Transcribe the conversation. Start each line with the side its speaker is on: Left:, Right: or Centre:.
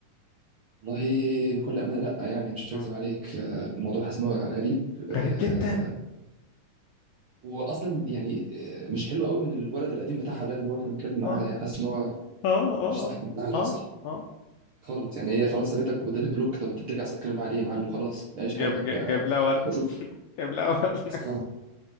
Right: والله بكل امانه لا يعني مش
Left: آه.
Right: هكذب عليك آه، الموضوع حاسس ان هو غريب آه،
Left: غريب جدا
Right: واصلا يعني آه، مش حلو قوي من الولد القديم بتاعها ده اللي هو كان بيتكلم معاها
Left: اه
Right: يعني حاسس ان هو
Left: اه اه
Right: مش صح بتاع اللي
Left: اه
Right: حصل
Left: اه اه
Right: خالص يعني هي خلاص سابتك وادتك بلوك طب انت بترجع تتكلم معاها ليه يا معلم خلاص عيش
Left: جاب
Right: حياتك
Left: جاب
Right: بقى
Left: جاب لها ورد
Right: وشوف
Left: جاب لها ورد
Right: مسخره